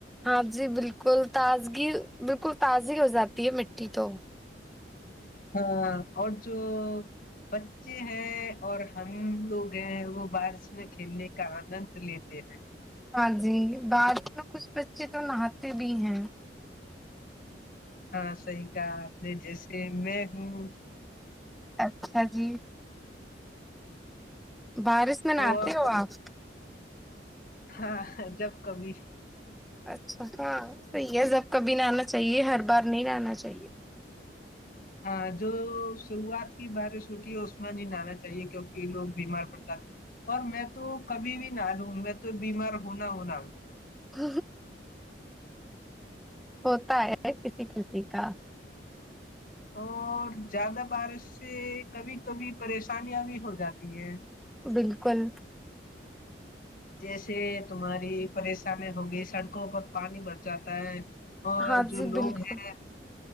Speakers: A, in the centre; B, on the left.
A: ہاں جی بالکل تازگی بالکل تازی ہو جاتی ہے مٹی تو
B: ہاں اور جو بچے ہیں اور ہم لوگ ہیں وہ بارش میں کھیلنے کا آنند لیتے ہیں
A: ہاں جی بد میں کچھ بچے تو نہاتے بھی ہیں
B: ہاں صحیح کہا آپ نے جیسے میں ہوں
A: اچھا جی بارش میں نہتے
B: اور
A: ہو آپ
B: ہاں جب کبھی
A: اچھا ہاں صحیح سب کبھی آنا چاہیے ہر بار نہیں آنا چاہیے
B: ہاں جو شروعات کی بارے سوتی ہے اس میں نہیں نہ آنا چاہیے کیوںکہ لوگ بیمار پڑتا تھے اور میں تو کبھی بھی نہ لوں میں تو بیمار ہونا ہونا بھی
A: ہ ہوتا ہے کسی کسی کا
B: اور زیادہ بارش سے کبھی کبھی پریشانیاں بھی ہو جاتی ہیں
A: بالکل
B: جیسے تمہاری پریشانی ہوگی سڑکوں پر پانی مر جاتا ہے اور
A: ہاں
B: جو
A: جی
B: لوگ
A: بالکل
B: ہیں